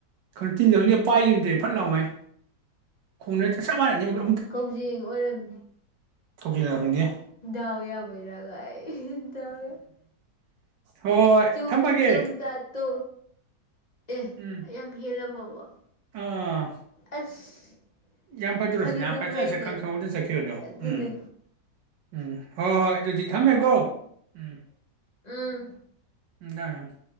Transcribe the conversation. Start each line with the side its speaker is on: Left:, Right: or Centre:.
Right: ꯈꯪꯅ ꯇꯤꯟꯗ ꯈꯪꯂꯦ ꯄꯥꯏꯈꯤꯕꯅꯗꯦ ꯐꯠ ꯂꯥꯎꯉꯥꯏ ꯈꯣꯡꯅ ꯆꯁꯅꯤ
Left: ꯀꯧꯖꯤꯡ ꯑꯣꯏꯔꯝ
Right: ꯊꯧꯛ꯭ꯂꯤ ꯂꯒꯪꯅꯦꯦ
Left: ꯗꯥꯎꯌꯥꯕꯩꯔꯥꯒꯥꯏ ꯗꯥꯎ
Right: ꯍꯣꯏ
Left: ꯆꯨꯝ
Right: ꯊꯝꯃꯒꯦ
Left: ꯆꯨꯝ ꯇꯥꯠꯇꯣ ꯑꯦ
Right: ꯎꯝ
Left: ꯌꯥꯝ ꯍꯦꯜꯂꯝꯃꯕ ꯑꯗꯨꯒ
Right: ꯑꯥ
Left: ꯑꯁ
Right: ꯌꯥꯝ ꯐꯖꯔꯨꯔꯁꯤ
Left: ꯐꯅꯗꯨꯝ
Right: ꯅꯍꯈ ꯆꯠ
Left: ꯐꯩꯅꯦ
Right: ꯁꯠ ꯈꯪ ꯈꯪꯍꯧꯗꯅ ꯆꯠꯈꯤꯕꯗꯣ
Left: ꯑꯗꯨꯅꯦ
Right: ꯎꯝ ꯎꯝ ꯍꯣꯏ ꯍꯣꯏ ꯑꯗꯨꯗꯤ ꯊꯝꯃꯦꯀꯣ ꯎꯝ
Left: ꯎꯝ
Right: ꯎꯝ ꯊꯝꯃꯦ ꯊꯝ <inaudible>